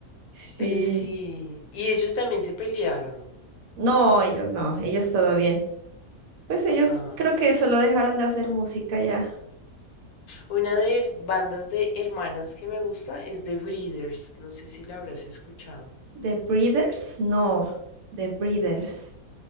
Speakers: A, on the right (about 70°); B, on the left (about 75°).
A: Sí.
B: Pero sí. Y ellos también se pelearon.
A: No, ellos no, ellos todo bien. Pues ellos
B: Ah.
A: creo que solo dejaron de hacer música ya.
B: Una de her- bandas de hermanas que me gusta es The Breeders. No sé si la habrás escuchado.
A: ¿The Breeders? No, The Breeders.